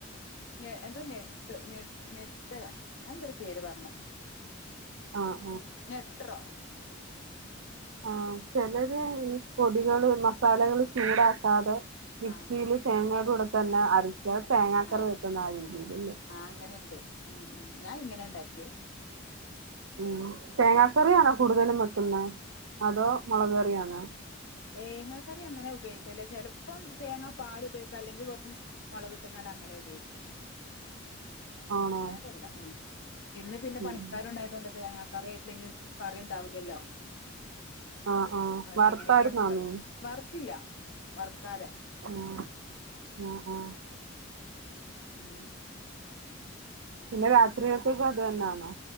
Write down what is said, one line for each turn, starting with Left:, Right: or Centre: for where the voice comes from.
Left: നെ എന്താ എന്താ നെട്ട് നേറ്റലോ അങ്ങാനെന്തൊരു പേര് പറന്നു
Right: അ
Left: നെട്രോ
Right: ആഹ് ചെലർ ഇ പൊടികൾ മ ലക്കൾ ചൂടാകാതെ മിക്സിൽ
Left: ആഹ്
Right: തേങ്ങ അര കൂടെത്തന്നെ അരച്ച തേങ്ങക്കറി
Left: ആഹ്
Right: വെക്കുന്ന അ രിധിയില്ലല്ലേ
Left: ആ അങ്ങനെയുണ്ട് ഉം ഉം ഞാൻ ഇങ്ങനെ ഉണ്ടാക്കിയ
Right: ഉം തേങ്ങക്കറിയാനെ കുടുതലും വക്ന്നെ അധോ മുളക് കറിയാണെ
Left: തേങ്ങ കറി അങ്ങനെ ഉപയോഗിക്കുല ചെലപ്പം തേങ്ങ പാൽ ഉപയോഗിക്കും അല്ലെങ്കിൽ വെറും മുളക് ഇട്ട്ക്കാൻണ്ട് അങ്ങനെ ഉപയോഗിക്കും
Right: ആണോ?
Left: അല്ലാദല്ല ഹ്മ് ഇന്ന് പിന്നെ
Right: ഉം.
Left: പണിക്ക ണ്ട് തേങ്ങക്കറി ആയിട്ടില്ലങ്കിൽ കറി ഉണ്ടാവുല്ലല്ലോ
Right: ആഹ് ആഹ്.
Left: അയി
Right: വറുത്തായിരുന്നോ
Left: എങനെക്കെ നമ്മുക്കറിയോ
Right: മീൻ?
Left: വറുത്തില്ല വർ ക്കാതെ
Right: ആഹ്. ആഹ് ആഹ്.
Left: മ്
Right: പിന്നെ രാത്രിക്കക്ക് അദെന്നെന്നോ